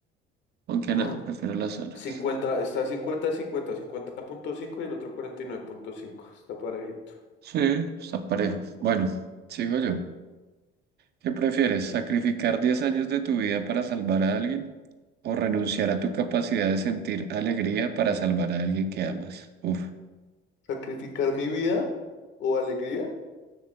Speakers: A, on the right; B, on the left.
A: aunque
B: Mm,
A: no, prefiero las saladas.
B: 50 está 50 a cincuenta, cincuenta punto cinco y el otro cuarenta y nueve punto cinco Está parejito.
A: Sí, está parejo. Bueno, sigo yo. ¿Qué prefieres? ¿Sacrificar 10 años de tu vida para salvar a alguien? ¿O renunciar a tu capacidad de sentir alegría para salvar a alguien que amas? Uf.
B: ¿Sacrificar mi vida o alegría?